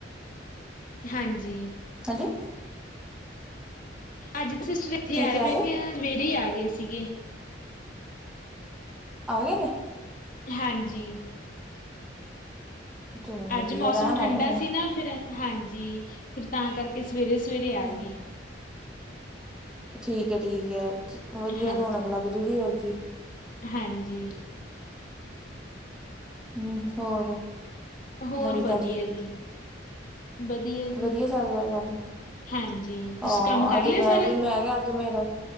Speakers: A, on the left; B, in the centre.
A: ਹਾਂਜੀ।
B: ਹਾਂਜੀ।
A: ਅੱਜ ਸਿਸਟਰ ਇੱਥੇ
B: ਕੀ
A: ਆ ਰਹੇ
B: ਕਹਿ
A: ਮੈਂ ਕਿਹਾ ਸਵੇਰੇ ਹੀ ਆ ਗਏ ਸੀਗੇ।
B: ਆਗੇ ਨੇ।
A: ਹਾਂਜੀ।
B: ਚਲੋ ਵਧੀਆ
A: ਅੱਜ ਮੌਸਮ
B: ਰਹਿਣ ਆਏ
A: ਠੰਡਾ
B: ਹੋਣੇ ਆ
A: ਸੀ ਨਾ ਫਿਰ ਹਾਂਜੀ ਫਿਰ ਤਾਂ ਕਰਕੇ ਸਵੇਰੇ ਸਵੇਰੇ ਆ
B: ਹਮ,
A: ਗਏ।
B: ਠੀਕ ਹੈ ਠੀਕ ਹੈ ਵਧੀਆ
A: ਹਾਂਜੀ
B: ਰੌਣਕ ਲੱਗ ਜੂਗੀ ਹੋਰ ਕੀ।
A: ਹਾਂਜੀ
B: ਹਮ ਹੋਰ।
A: ਹੋਰ
B: ਨਵੀਂ
A: ਵਧੀਆ
B: ਤਾਜੀ
A: ਜੀ। ਵਧੀਆ। ਜੀ
B: ਵਧੀਆ ਚੱਲ ਰਿਹਾ ਸਭ
A: ਹਾਂਜੀ ਤੁਸੀਂ
B: ਹਹ
A: ਕੰਮ ਕਰ
B: ਅੱਜ
A: ਲਿਆ
B: ਮੈਂ
A: ਸਾਰਾ
B: ਮੈਂ ਕਿਹਾ ਅੱਜ ਮੇਰਾ।